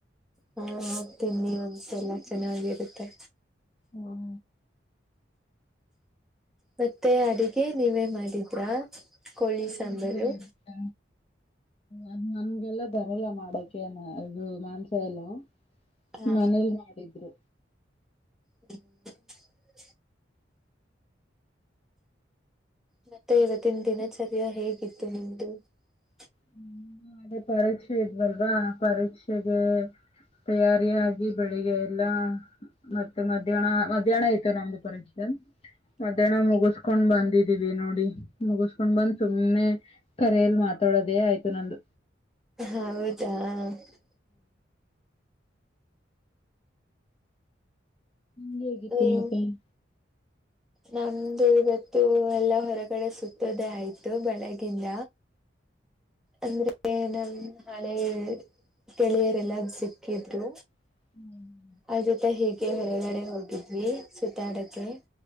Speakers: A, in the centre; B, on the left.
A: ಹಾ ತಿನ್ನಿ ಒಂದ್ಸಲ ಚೆನ್ನಾಗಿರುತ್ತೆ.
B: ಹ್ಮ್
A: ಮತ್ತೆ ಅಡಿಗೆ ನೀವೇ ಮಾಡಿದ್ರಾ ಕೋಳಿ ಸಾಂಬಾರು
B: ಇಲ್ಲ ಇಲ್ಲ ಅದ್ ನಮ್ಗೆಲ್ಲ ಬರಲ್ಲ ಮಾಡಕೆನ ಅದು ಮಾಂಸ ಎಲ್ಲಾ
A: ಹಾ
B: ಮನೇಲ ಮಾಡಿದ್ರು.
A: <inaudible> ಮತ್ತೆ ಇವತ್ತಿನ್ ದಿನಚರ್ಯ ಹೇಗಿತ್ತು ನಿಮ್ <unintelligible>
B: ಹೂ ಅದೇ ಪರೀಕ್ಷೆ ಇದ್ವಲ್ವಾ, ಆ ಪರೀಕ್ಷೆಗೆ ತಯಾರಿಯಾಗಿ ಬೆಳಿಗ್ಗೆ ಎಲ್ಲಾ ಮತ್ತೆ ಮಧ್ಯಾಹ್ನ, ಮಧ್ಯಾಹ್ನ ಇತ್ತು ನಮ್ದು ಪರೀಕ್ಷೆ ಮಧ್ಯಾಹ್ನ ಮುಗಸ್ಕೊಂಡ್ ಬಂದಿದೀವಿ ನೋಡಿ, ಮುಗಸ್ಕೊಂಡ್ ಬಂದ್ ಸುಮ್ನೆ ಕರೆಯಲ್ಲಿ ಮಾತಾಡೋದ್ ಇದೆ ಆಯ್ತು ನಂದು.
A: ಹೌದ್ <unintelligible>
B: ನಿಂಗ್ ಹೇಗಿತ್ತಮ್ಮ
A: ನೀವು
B: ಪೇನ್?
A: ನಮ್ದು ಇವತ್ತು ಎಲ್ಲಾ ಹೊರಗಡೆ ಸುತ್ತೋದೇ ಆಯ್ತು, ಬೆಳಗಿಂದ. ಅಂದ್ರೆ ಏನ ಹ್ಮ ಹಳೆ ಗೆಳೆಯರೆಲ್ಲ ಸಿಕ್ಕಿದ್ದು
B: <inaudible>
A: ಅವ್ರ್ ಜೊತೆ ಹೀಗೆ ಹೊರಗಡೆ ಹೋಗಿದ್ವಿ. ಸುತ್ತಾಡಕ್ಕೆ.